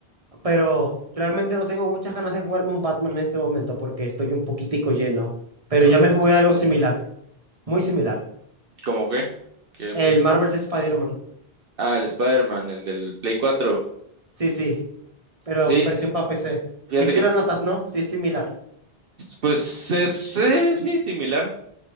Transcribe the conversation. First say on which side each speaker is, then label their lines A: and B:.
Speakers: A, on the right; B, on the right.
A: Pero realmente no tengo muchas ganas de jugarme un Batman en este momento porque estoy un poquitico lleno. Pero ya
B: Ah,
A: me jugué algo similar, muy similar.
B: ¿Cómo qué? ¿Qué-
A: El
B: qué fu-
A: Marvel's Spider-Man.
B: Ah, el Spider-Man, el del Play 4.
A: Sí, sí, pero
B: Sí,
A: versión para PC.
B: fíjate
A: Y sí
B: que,
A: lo notas, ¿no? Sí, es similar.
B: pues, es, eh, sí, similar.